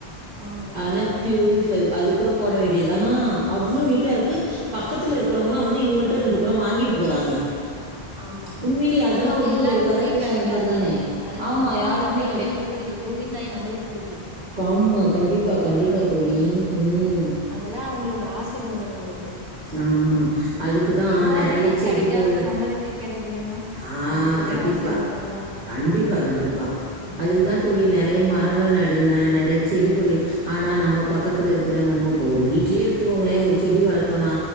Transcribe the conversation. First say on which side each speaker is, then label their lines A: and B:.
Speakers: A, on the right (about 20°); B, on the right (about 45°).
A: ஆமா
B: ஆனா பியூரிஃபை அது கூட போட வேண்டியதுதாம்
A: ம்
B: அவ்ளோ நீட்டாருக்கு பக்கத்துல இருக்கிறவங்கலாம் வந்து இவங்கள்ட்ட ரெண்டு கொடம் வாங்கிட்டு போறாங்க
A: ஆமா
B: உண்மையிலே அதெல்லாம்
A: அது வந்து எல்லாருக்குமே
B: ஒரு வரப்பிரசாதம்
A: கெடைக்காதுங்க
B: மாதிரி தானே
A: அது நம்ம
B: ஆமாம்
A: பூமி
B: யாருக்குமே
A: நம்மளுக்கு குடுக்குறது பூமி தாய் நம்மளுக்கு குடுக்குறது
B: ஆம்மா கண்டிப்பா கண்டிப்பா
A: ஆ
B: தோழி ம்
A: அதெல்லாம் அவங்களோட ஆசீர்வாதம் நம்மளுக்கு.
B: ஆமா அதுக்குதா
A: எல்லாருக்கும்
B: நெறைய செடிகொள்
A: கெடைக்காதது நம்மளுக்கு கெடைக்குதுன்னா,
B: ஆ
A: அது பெரிய
B: கண்டிப்பா
A: ஆசீர்வாதம்ல்ல.
B: கண்டிப்பா கண்டிப்பா
A: ம்.
B: அதுக்குதா தோழி நெறைய மரங்கள் நடுங்க நெறைய செடி கொடி ஆனா நம்ம பக்கத்துல இருக்கற நம்ம இப்ப ஒரு வீட்லேயே எடுத்துகோங்களேன் ஒரு செடி வளர்த்தோன்னா